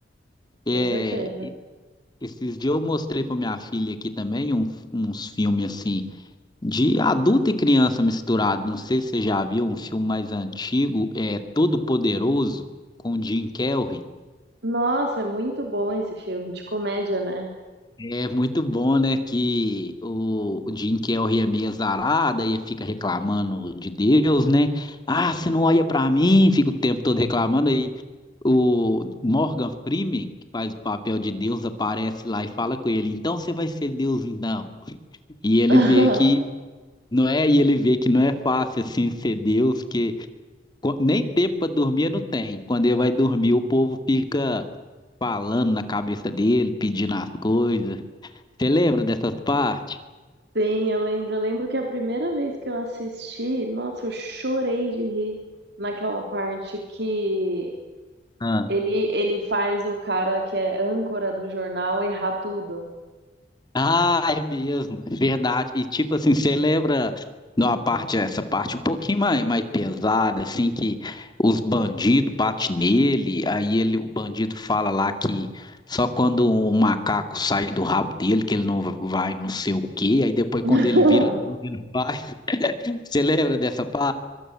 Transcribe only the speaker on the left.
É,
esses dias eu mostrei para minha filha aqui também um- uns filmes assim, de adulto e criança misturado. Não sei se você já viu um filme mais antigo, é Todo Poderoso, com o Jim Carrey.
É muito bom, né, que o, o Jim Carrey é meio azarado e fica reclamando de Deus, né? Ah, você não olha pra mim, fica o tempo todo reclamando. Aí o Morgan Freeman, que faz o papel de Deus, aparece lá e fala com ele, então você vai ser Deus então. E ele
vê que não é, e ele vê que não é fácil assim ser Deus, que qu- nem tempo pra dormir não tem. Quando ele vai dormir, o povo fica falando na cabeça dele, pedindo as coisas. Você lembra dessas partes?
Ah,
Ah, é mesmo, é verdade. E tipo assim, você lembra de uma parte, essa parte um pouquinho mais, mais pesada, assim, que os bandidos batem nele, aí ele, o bandido fala lá que só quando o macaco sai do rabo dele, que ele não vai não sei o quê, aí depois
quando ele vira Deus, ele faz. <laughs> Você lembra dessa parte?